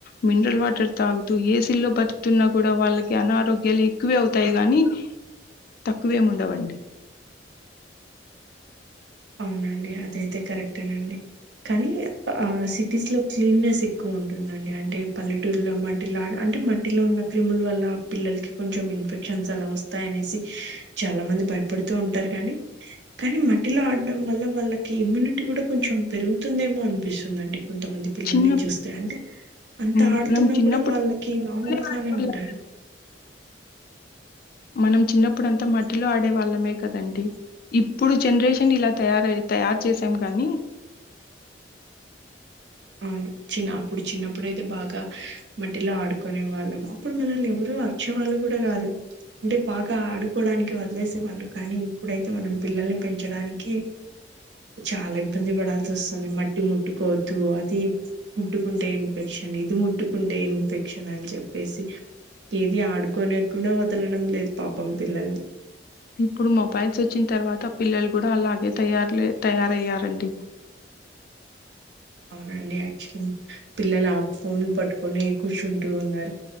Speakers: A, on the left; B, on the right.
A: మినరల్ వాటర్ తాగుతూ ఏసిల్లో బతుకుతున్నా కూడా వాళ్ళకి అనారోగ్యాలు ఎక్కువే అవుతాయి గాని తక్కువేం ఉండవండి.
B: అవునండి అదయితే కరెక్టేనండి కానీ ఆ సిటీస్ లో క్లీనెస్ ఎక్కువ ఉంటుందండి అంటే పల్లెటూరులో మట్టిలో అంటే మట్టిలో ఉన్న క్రిముల వల్ల పిల్లలకి కొంచెం ఇన్ఫెక్షన్స్ అలా వస్తాయ అనేసి చాలా మంది భయపడుతూ ఉంటారు కానీ కానీ మట్టిలో ఆడ్ డం వల్ల వాళ్ళకి ఇమ్యూనిటీ కూడా కొంచెం పెరుగుతుందేమో అనిపిస్తుందండి. కొంతమంది పిల్లల్ని
A: చిన్న
B: చూస్తే అంటే అంత
A: మ్,
B: ఆడుతున్నా
A: మనం చిన్నప్పుడు
B: కూడా వాళ్ళకి
A: మట్టిలోనే
B: నార్మల్గానే
A: ఆడేవాళ్ళం.
B: ఉంటారు
A: మనం చిన్నప్పుడు అంతా మట్టిలో ఆడే వాళ్ళమే కదండి ఇప్పుడు జనరేషన్ ఇలా తయార తయారు చేసాం గాని
B: అవును చిన్న అప్పుడు చిన్నప్పుడుయితే బాగా మట్టిలో ఆడుకునే వాళ్ళము అప్పుడు మనల్ని ఎవరు వర్చవాళ్ళు కూడా కాదు అంటే బాగా ఆడుకోవడానికి వ లేసే వాళ్ళు కానీ ఇప్పుడైతే మనం పిల్లల్ని పెంచడానికి చాలా ఇబ్బంది పడాల్సి వస్తుంది మట్టి ముట్టుకోవద్దు ఇది ముట్టుకుంటే ఇన్ఫెక్షన్ ఇది ముట్టుకుంటే ఇన్ఫెక్షన్ అని చెప్పేసి ఏది ఆడుకునే కూడా వదలడం లేదు పాపం పిల్లల్ని
A: ఇప్పుడు మొబైల్స్ వచ్చిన తర్వాత పిల్లలు కూడా అలాగే తయారు తయారయ్యారండి
B: అవునండి యాక్చులీ పిల్లలు ఆ ఫోన్నీ పట్టుకొని కుషూ టు ఉన్నారు